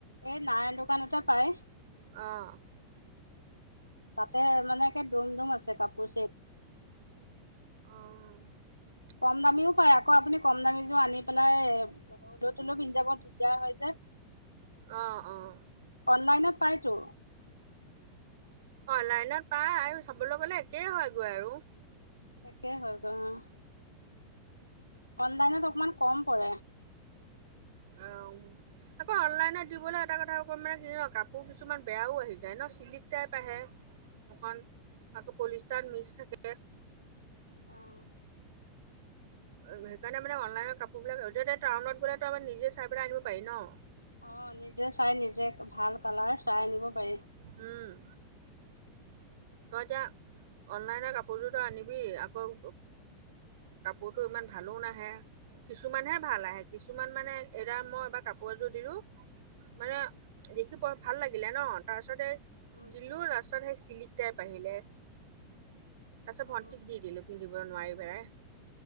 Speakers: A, on the left; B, on the right.
A: এই নাৰায়ণ দোকানতে পাই।
B: অ'।
A: তাতে মানে একে দ'ম দ'ম আছে কাপোৰ চেট।
B: অ'।
A: কম দামীও পায় আকৌ। আপুনি কম দামীযোৰ আনি পেলাই অলৈ-তলৈ পিন্ধি যাব, দিগদাৰ হয় যে।
B: অ', অ',
A: অনলাইনত পায়তো।
B: অনলাইনত পায়। চাবলৈ গ'লে একেই হয়গৈ আৰু।
A: একেই হয় গৈ অ'। অনলাইনত অকণমান কম পৰে।
B: আ আকৌ অনলাইনত দিবলৈ এটা কথা কম মানে, কি হয় কাপো কিছুমান বেয়াও আহি যায় ন' চিলিক টাইপ আহে।
A: <inaudible>
B: অকণ আকৌ পলিষ্টাৰ মিছ থাকে।
A: অ'।
B: সেইকাৰণে মানে অনলাইনত কাপোৰ বিলাক এতিয়া তই টাউনত গ'লে তই আমাৰ নিজে চাই পেলাই আনিব পাৰি ন'।
A: অ', নিজে চাই নিজে ভাল কালাৰ চাই আনিব পাৰি।
B: উম। তই এতিয়া অনলাইনৰ কাপোৰযোৰ তই আনিবি। আকৌ কাপোৰটো ইমান ভালো নাহে। কিছুমানহে ভাল আহে। কিছুমান মানে এতিয়া মই এবাৰ কাপোৰ এযোৰ দিলো। মানে
A: অ
B: দেখি প ভাল লাগিলে ন'। তাৰপিছতে
A: উম
B: দিলো তাৰপিছত সেই চিলিক টেপ আহিলে। তাৰ পিছত
A: অ
B: ভণ্টিক দি দিলো পিন্ধিব নোৱাৰি পেলাই।